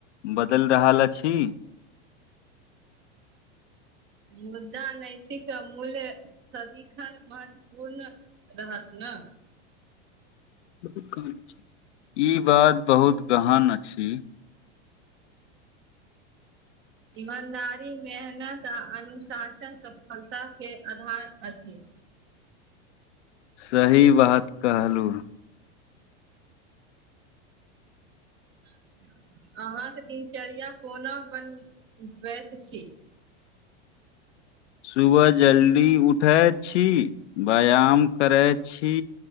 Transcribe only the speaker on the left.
बदलि रहल अछी।
<unintelligible> ई बात बहुत गहन अछी।
सही बात कहलूं।
सुबह जल्दी उठैत छी। बैयाम करैत छी।